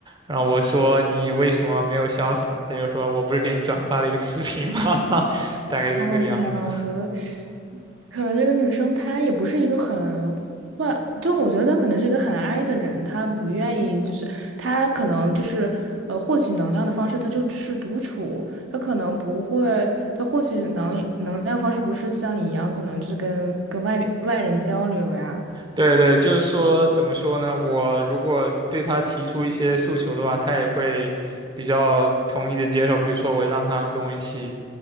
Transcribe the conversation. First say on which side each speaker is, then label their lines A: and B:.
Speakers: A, on the right (about 25°); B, on the right (about 70°).
A: 然后我说你为什么没有消息呢？她就说我不是给你转发了一个视频吗？<laughs> 大概就是这个样子。
B: 哦天呐，我觉得。可能这个女生她也不是一个很坏，就我觉得她可能是一个很 i 的人，她不愿意，就是她可能就是呃获取能量的方式，她就是独处，她可能不会，她获取能能量方式不是像你一样，可能就是跟跟外外人交流呀，
A: 对对，就是说，怎么说呢？我如果对他提出一些诉求的话，他也会比较同意的接受。比如说，我让他跟我一起